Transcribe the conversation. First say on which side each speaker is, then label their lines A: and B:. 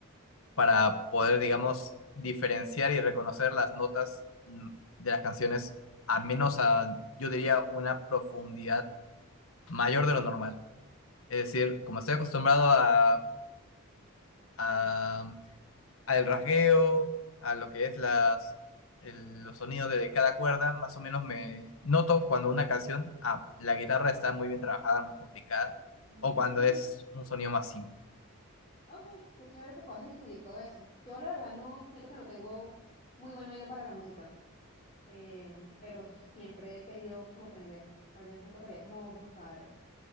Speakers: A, on the left; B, on the left.
A: para poder, digamos, diferenciar y reconocer las notas mm, de las canciones, al menos a, yo diría, una profundidad mayor de lo normal. Es decir, como estoy acostumbrado a, a al rasgueo, a lo que es las, el- los sonidos de cada cuerda, más o menos me noto cuando una canción, ah, la guitarra está muy bien trabajada, muy complicada,
B: Mm,
A: o cuando es un sonido más simple.
B: ok, qué chévere que puedas distinguir todo eso. Yo la verdad no siento que no tengo muy buen oído para la música, em, pero siempre he querido como aprender. Tal vez me tocaría como buscar